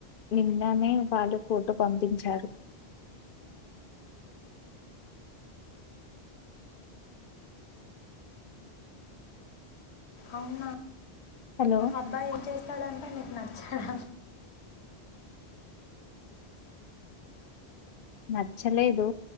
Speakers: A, on the left; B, on the left.
A: నిన్ననే వాళ్ళు ఫోటో పంపించారు
B: అవునా
A: హలో
B: అబ్బాయి ఏం చేస్తాడంట నీకు నచ్చాడు
A: నచ్చలేదు